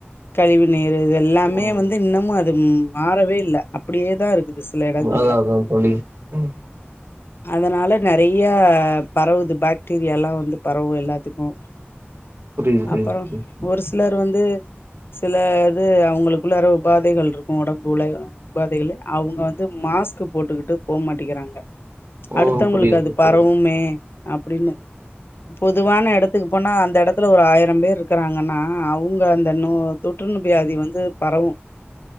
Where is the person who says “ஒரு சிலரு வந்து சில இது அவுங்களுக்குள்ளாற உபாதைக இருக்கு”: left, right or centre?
Left